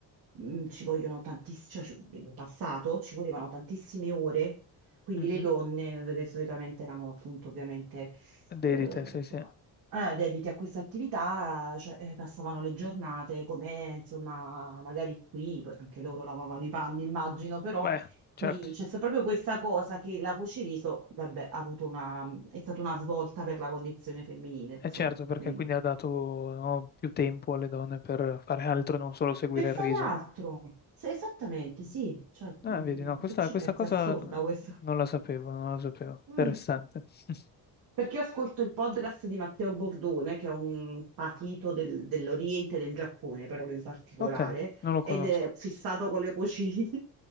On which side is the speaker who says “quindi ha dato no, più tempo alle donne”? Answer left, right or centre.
Left